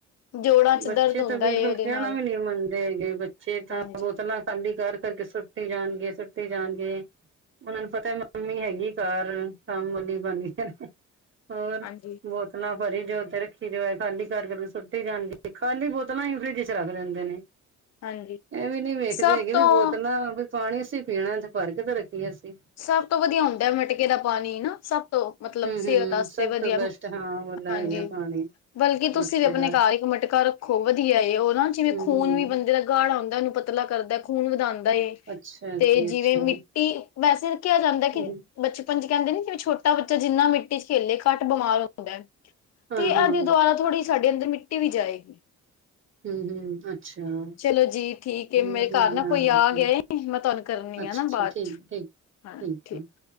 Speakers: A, on the left (about 60°); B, on the right (about 40°).
A: ਜੋੜਾਂ ਚ
B: ਬੱਚੇ
A: ਦਰਦ ਹੁੰਦਾ
B: ਤਾਂ ਬਿਲਕੁਲ
A: ਏ ਉਹਦੇ
B: ਕਹਿਣਾ
A: ਨਾਲ
B: ਵੀ ਨਹੀਂ ਮੰਨਦੇ ਹੈਗੇ। ਬੱਚੇ ਤਾਂ
A: ਹਾਂਜੀ
B: ਫੋਲਾ ਖਾਲੀ ਕਰਕੇ-ਕਰਕੇ ਸੁੱਟੀ ਜਾਣਗੇ, ਸੁੱਟੀ ਜਾਣਗੇ। ਉਹਨਾਂ ਨੂੰ ਪਤਾ ਮੰਮੀ ਹੈਗੀ ਘਰ, ਕੰਮੀ ਬਣਦੀ ਹੋਰ ਬਹੁਤ
A: ਹਾਂਜੀ
B: ਬੋਤਲਾਂ ਭਰੀ ਜੋ ਤੇ ਰੱਖੀ ਜਾਓ, ਖਾਲੀ ਕਰਕੇ ਸੁੱਟੀ ਜਾਣਗੇ, ਖਾਲੀ ਕਰਕੇ ਸੁਰਤੀ ਜਾਂਦੀ ਖਾਲੀ ਬੋਤਲਾਂ ਹੀ ਫਰਿਜ ਵਿਚ ਰੱਖ ਦਿੰਦੇ ਨੇ।
A: ਹਾਂਜੀ।
B: ਇਹ ਵੀ ਨੀ ਵੇਖਦੇ
A: ਸਭ
B: ਹੈਗੇ
A: ਤੋਂ
B: ਵੀ ਬੋਤਲਾਂ ਵੀ, ਪਾਣੀ ਅਸੀਂ ਪੀਣਾ, ਫੇਰ ਭਰ ਕੇ ਤੇ ਰੱਖੀ ਏਸੀਂ।
A: ਸਭ ਤੋਂ ਵਧੀਆ ਹੁੰਦਾ ਮਿਟਕੇ ਦਾ ਪਾਣੀ ਨਾ। ਸਭ ਉਹ, ਮਤਲਬ
B: ਹੂੰ
A: ਸਿਹਤ
B: ਹੂੰ
A: ਵਾਸਤੇ
B: ਸਭ
A: ਵਧੀਆ।
B: ਤੋਂ ਬੈਸਟ ਹਾਂ ਉਹਦਾ
A: ਹਾਂਜੀ।
B: ਹੈਗਾ ਪਾਣੀ
A: ਬਲਕਿ ਤੁਸੀਂ
B: ਮਟਕੇ
A: ਵੀ ਆਪਣੇ
B: ਦਾ
A: ਘਰ ਇੱਕ ਮਟਕਾ ਰੱਖੋ, ਵਧੀਆ ਉਹ ਨਾ
B: ਹੂੰ
A: ਜਿਵੇਂ ਖੂਨ
B: ਹੂੰ
A: ਵੀ ਬੰਦੇ ਦਾ ਗਾੜ ਆਉਂਦਾ ਉਹਨੂੰ ਪਤਲਾ ਕਰਦਾ, ਖੂਨ ਵਧਾਉਂਦਾ ਏ,
B: ਅੱਛਾ ਜੀ
A: ਤੇ ਜਿਵੇਂ
B: ਅੱਛਾ ਹੂੰ
A: ਮਿੱ ਕਿ, ਵੈਸੇ ਰੱਖਿਆ ਜਾਂਦਾ ਕਿ
B: ਹੂੰ
A: ਬਚਪਨ ਚ ਕਹਿੰਦੇ ਨੇ, ਕਿ ਛੋਟਾ ਬੱਚਾ ਜਿੰਨਾ ਮਿੱਟੀ ਚ ਖੇਲੇ, ਘੱਟ ਬਿਮਾਰ ਹੁੰਦਾ। <unintelligible>
B: ਹਾਂ
A: ਇਹਦੀ
B: ਹਾਂ
A: ਦੁਆਾਰਾ ਥੋੜ੍ਹੀ ਸਾਡੇ ਅੰਦਰ ਮਿੱਟੀ ਵੀ ਜਾਏਗੀ।
B: ਹੂੰ ਹੂੰ ਅੱਛਾ ਹਾਂ
A: ਚਲੋ ਜੀ ਠੀਕ ਹੈ, ਮੇਰੇ
B: ਵਧੀਆ
A: ਘਰ ਨਾ
B: ਹਾਂ
A: ਕੋਈ ਆ
B: ਅੱਛਾ
A: ਗਿਆ। ਮੈਂ ਤੁਹਾਨੂੰ ਕਰਨੀ
B: ਅੱਛਾ
A: ਆ ਨਾ ਬਾਅਦ
B: ਠੀਕ
A: ਚ,
B: ਠੀਕ
A: ਹਾਂ ਠੀਕ।
B: ਆ